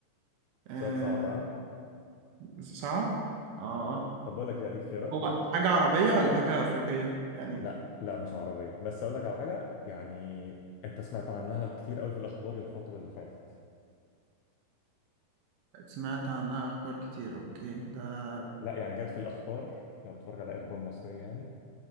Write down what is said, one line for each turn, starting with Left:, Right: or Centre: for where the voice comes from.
Left: سؤال
Right: آه
Left: صعب ها
Right: صعب اه اه
Left: طب طب بقول لك إيه، أديك خيارات
Right: هو حاجة عربية ولا حاجة أفريقية يعني
Left: لا لا مش عربية بس أقول لك على حاجة يعني أنت سمعت عنها كتير قوي في الأخبار الفترة اللي فاتت
Right: سمعت عنها أخبار كتير أوكي ده
Left: لا يعني جت في الأخبار لو بتتفرج على أي أخبار مصرية يعني